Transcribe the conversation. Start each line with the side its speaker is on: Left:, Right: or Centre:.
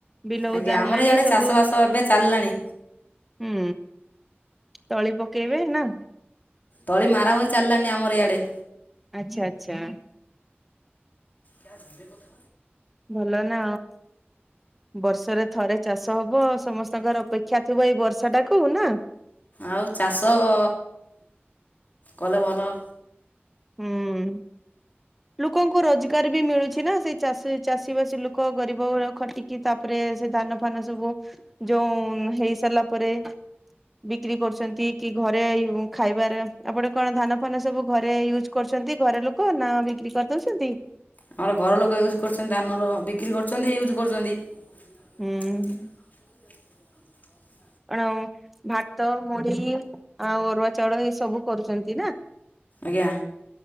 Centre: ବିଲ
Left: ଆଜ୍ଞା
Centre: ଓଦା
Left: ଆମର
Centre: ହେଲାଣି
Left: ଇଆଡ଼େ
Centre: ସବୁ।
Left: ଚାଷବାସ ଏବେ ଚାଲିଲାଣି
Centre: ହୁଁ ତଳି ପକେଇବେ ନା।
Left: ତଳି ମାରାମରି ଚାଲିଲାନି ଆମର ଇଆଡେ।
Centre: ଆଚ୍ଛା ଆଚ୍ଛା।
Left: ୟାର ଧୀରେ ଗ
Centre: ଭଲ ନା ବର୍ଷରେ ଥରେ। ଚାଷ ହବ ସମସ୍ତଙ୍କର ଅପେକ୍ଷା ଥିବ ଏଇ ବର୍ଷା ଟାକୁ ନା।
Left: ଆଉ ଚାଷ ଉଁ କଲେ ଭଲ।
Centre: ହୁଁ। ଲୋକଙ୍କୁ ରୋଜଗାର ବି ମିଳୁଛି ନା ସେଇ ଚାଷି ଚାଷୀ ବାସି ଲୋକ ଗରିବ ଗୁରା ଖଟି କି ତାପରେ ସେ ଧାନ ଫାନ ସବୁ ଯୋଉଁ ହେଇ ସାରିଲା ପରେ। ବିକ୍ରି କରୁଛନ୍ତି କି ଘରେ ଏଇ ଉଁ ଖାଇବାରେ ଆପଣ କଣ ଧାନ ଫାନ ସବୁ ଘରେ ୟୁ ଜ କରୁଛନ୍ତି ଘର ଲୋକ ନା ବିକ୍ରି କରିଦଉଛନ୍ତି?
Left: ଆମର ଘର ଲୋକ ୟୁଜ୍ କରୁଛନ୍ତି ଧାନର ବିକ୍ରି କରୁଛନ୍ତି, ୟୁଜ୍ କରୁଛନ୍ତି। ଆ
Centre: ହୁଁ
Left: <inaudible>
Centre: ଆଣମ ଭାତ, ମୁଢି ଆଉ ଅରୁଆ ଚାଉଳ ଏ ସବୁ କରୁଛନ୍ତି ନା।
Left: ଆଜ୍ଞା।